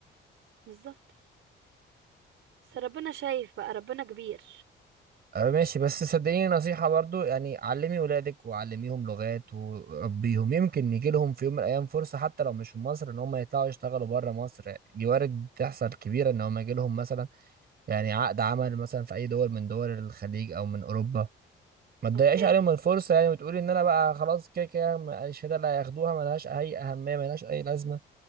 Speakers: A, on the right; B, on the right.
A: بالظبط بس ربنا شايف بقى ربنا كبير
B: آه، ماشي بس صدقيني نصيحة برضو يعني علمي ولادك وعلميهم لغات وربيهم يمكن يجي لهم في يوم من الايام فرصة حتى لو مش في مصر ان هم يطلعوا يشتغلوا بره مصر يعني دي وارد تحصل كبيرة ان هم يجي لهم مثلا يعني عقد عمل مثلا في اي دول من دول الخليج او من اوروبا ما تضيعيش
A: اوكي
B: عليهم الفرصه يعني وتقولي ان انا بقى خلاص كده كده ما- الشهاده اللي هياخدوها ملهاش اي اهميه ملهاش اي لازمه